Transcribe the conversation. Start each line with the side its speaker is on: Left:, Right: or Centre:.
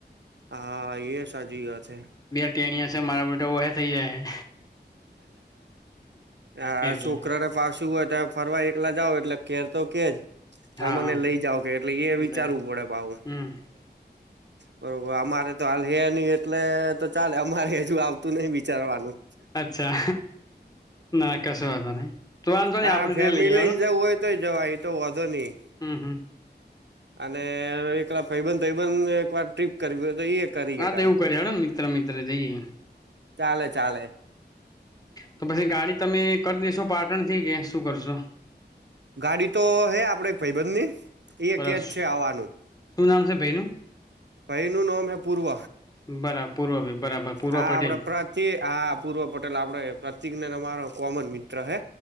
Right: હા એ સાચી વાત છે.
Left: તેણીયા શે મારા બેટા ઓહે થઈ જાય
Right: આ
Left: એટલે
Right: છોકરાને પાસુ હોય ત્યાં ફરવા એકલા જાઓ એટલે ઘેર તો કેજ
Left: હા
Right: અમને
Left: હા
Right: લઈ જાવ કે એટલે એ વિચારવું
Left: લઈ
Right: પડે પાહુ
Left: હમ
Right: બરોબર અમારે તો હાલ હે ની એટલે તો ચાલે અમારે બીજું આવતું નહિ વિચારવાનું
Left: અચ્છા ના કશો વાંધો નહી તો વાંધો નહી
Right: હા
Left: આપણે
Right: ફેમિલી
Left: નઈ લઈએ
Right: લઈને
Left: હેડો
Right: જવું હોય તોય જવાય એતો વાંધોની
Left: હમ્મ, હમ્મ.
Right: અને એકલા ભાઈબંધ ભાઈબંધ એક વાર ટ્રીપ કરવી હોય તો એ કરી
Left: હા
Right: શકાય
Left: તો એવું કરીએ હેડોને મિત્ર મિત્ર જઈએે
Right: ચાલે, ચાલે
Left: તો પછી ગાડી તમે કરી દેેશો પાટણથી કે શું કરશો?
Right: ગાડી તો હે આપડે એક ભાઈબંધની એ
Left: બરા
Right: કેજ
Left: શું
Right: છે આવાનું
Left: નામ છે ભાઈનું
Right: ભાઈનું નામ હે પૂર્વ
Left: બરા પૂર્વ ભાઈ બરાબર પૂર્વ
Right: હા
Left: પટેલ
Right: આપડે પ્રતી હા પૂર્વ પટેલ આપડો પ્રતિક ને અમારો કોમન મિત્ર હે